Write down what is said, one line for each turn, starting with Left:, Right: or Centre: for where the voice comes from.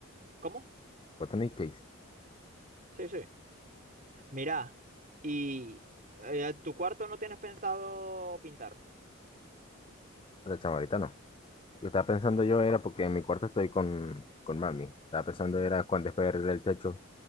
Right: ¿cómo?
Left: vos tenés case,
Right: Sí, sí. Mira, y eh, tu cuarto no tienes pensado pintar.
Left: la chama, ahorita no. Lo que estaba pensando yo era porque en mi cuarto estoy con, con mami, estaba pensando
Right: Ujú,
Left: era cuando después de arreglar el techo,